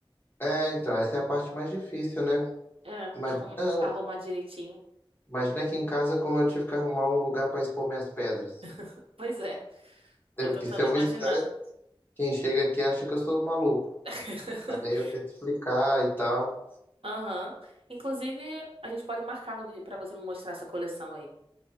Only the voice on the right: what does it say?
É,
arrum, arrumar direitinho.
<laughs> Pois é,
tô tentando
imaginar.
<laughs>
Aham. Inclusive, a gente pode marcar um dia pra você me mostrar essa coleção aí.